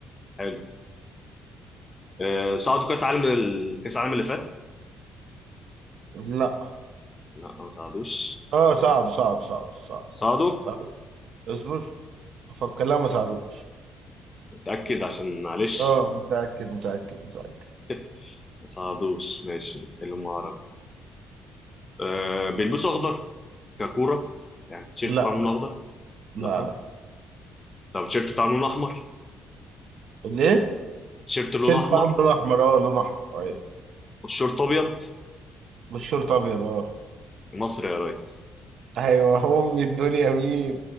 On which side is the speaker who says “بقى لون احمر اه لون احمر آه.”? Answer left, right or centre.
Right